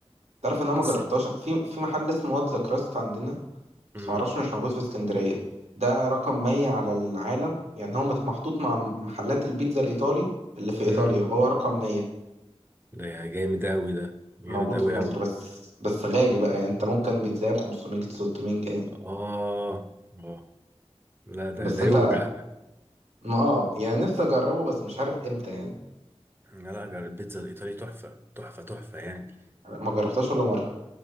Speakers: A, on the right; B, on the right.
A: تعرف ان انا
B: بس
A: ما جربتهاش في في محل اسمه واتزا كراست عندنا بس
B: امم
A: معرفش مش موجود في اسكندرية ده رقم 100 على العالم يعني هو مت- محطوط مع محلات البيتزا الإيطالي اللي في
B: امم
A: إيطاليا هو رقم 100
B: ده جامد قوي ده جامد
A: موجود
B: قوي
A: في مصر
B: قوي
A: بس بس غالي بقى يعني انت ممكن بيتزا ب 500 600 جنيه
B: اه اه لا ده
A: بس
B: ده
A: انت
B: يوجع
A: ما اه يعني نفسي اجربه بس مش عارف امتى يعني
B: لا لا جر- البيتزا الإيطالي تحفة تحفة تحفة يعني
A: ما جربتهاش ولا مرة